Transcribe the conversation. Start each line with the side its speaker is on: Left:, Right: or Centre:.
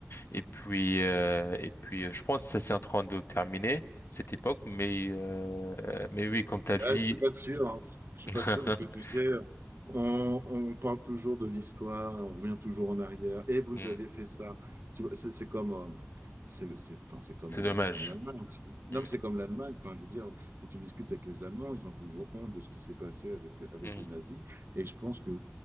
Left: Et puis, euh, et puis, euh, je pense que ça c'est en train de terminer cette époque, mais euh, mais oui, comme t'as dit,
Right: Ouais, je suis pas sûr, hein. Je suis
Left: <laughs>
Right: pas sûr parce que tu sais, on, on parle toujours de l'histoire et on revient toujours en arrière. Et vous
Left: Hmm,
Right: avez fait ça. Tu vois, c'est c'est comme, euh, c'est c'est- enfin, c'est comme,
Left: c'est
Right: le-
Left: dommage.
Right: c'est comme l'Allemagne. Non,
Left: Hmm,
Right: mais c'est comme l'Allemagne. Enfin, je veux dire, quand tu discutes avec les Allemands, ils ont toujours honte de ce qui s'est passé avec, avec
Left: hmm.
Right: les nazis. Et je pense que